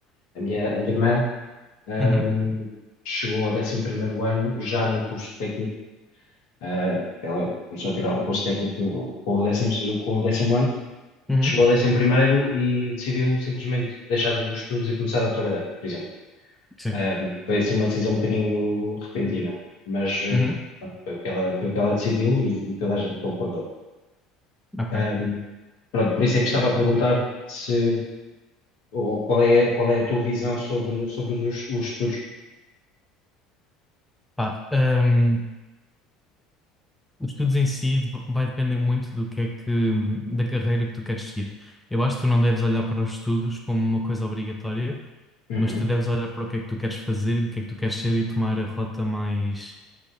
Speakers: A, on the left; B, in the centre.
A: a minha, a minha irmã, ahm,
B: Uhum.
A: chegou ao décimo primeiro ano já num curso técnico. ah, que ela começou a tirar um curso técnico no- com o décimo, com o décimo ano
B: Uhum.
A: chegou a 11 primeiro e decidiu simplesmente deixar os estudos e começar a trabalhar, por exemplo.
B: Sim,
A: Ahm, foi assim uma decisão um bocadinho repentina, mas eh,
B: Uhum.
A: pronto, foi o que ela, foi o que ela decidiu e, e toda a gente concordou.
B: Ok.
A: Ahm, pronto, por isso é que estava a perguntar se, ou qual é, qual é a tua visão sobre, sobre os, os estudos.
B: Pá, ahm, Os estudos em si v- vai depender muito do que é que, da carreira que tu queres seguir. Eu acho que tu não deves olhar para os estudos como uma coisa obrigatória,
A: Uhum,
B: mas tu deves olhar para o que é que tu queres fazer e do que é que tu queres ser e tomar a rota mais,